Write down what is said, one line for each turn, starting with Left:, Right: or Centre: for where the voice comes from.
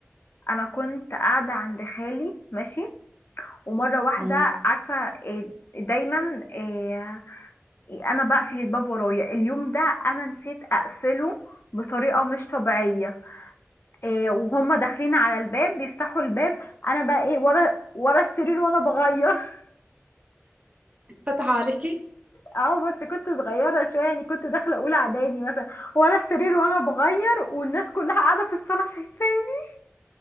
Left: انا كنت قاعده عند خالي ماشي ومره واحده
Right: مم.
Left: عارفه إيه، دايما آه، انا بقفل الباب ورايا اليوم ده انا نسيت اقفله بطريقه مش طبيعيه إيه وهما داخلين على الباب بيفتحوا الباب انا بقى ايه ورا ورا السرير وانا بغير <laughs>
Right: فتح عليكي
Left: اه بس كنت صغيره شويه يعني كنت داخله اولى اعدادي مثلا ورا السرير وانا بغير والناس كلها قاعده في الصاله شايفاني